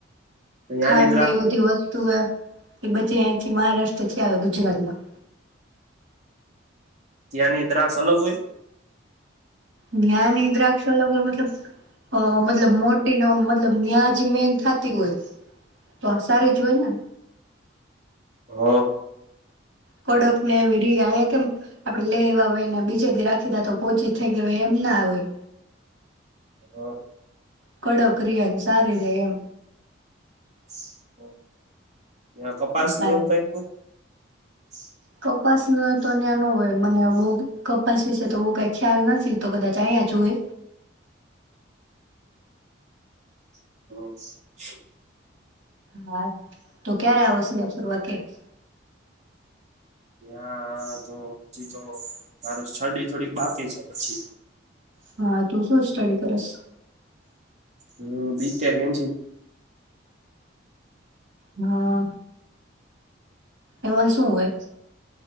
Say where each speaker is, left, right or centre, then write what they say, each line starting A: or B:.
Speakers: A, on the right; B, on the right.
A: યા
B: ખાંડ
A: નિદ્રાાસ.
B: ને એ બધી વસ્તુ એ બધી અથી મહારાષ્ટ્રથી આવે ગુજરાતમાં.
A: ત્યાંની દ્રક્ષ અલગ હોય.
B: નિયનેદ્રાક. ચલો મતલબ મતલબ મોટી ન મતલબ ન્યાજ મેન થતી હોય તો આ સારી જ હોય ને.
A: હા.
B: કડક ને એવી ર અહીયા કેમ આપડે લેવા હોયને બીજેથીી રાખી તા તો પોહચી થઈ ગયા હો એમ ના હોય.
A: હા.
B: કડો ક્રિયન સારી રે એમ.
A: <inaudible> હ કપાસ
B: તારે
A: નેવું કઈ. <inaudible>
B: કપાસ ન તો ન્યા ન હોય મને બહ કપાસ વિશે તો બહ કઈ ખ્યાલ નથી તો કદાચ અયા જુય.
A: હમ.
B: હા તું ક્યારે આવસને અ પરવાખ.
A: હ્યા તો હજી તો મારે શરડી થોડીક બાકી છે પછી.
B: હા તું શું સ્ટડી કરસ.
A: હમ બીક્યા કેંજી.
B: હા એમાં શું હોય.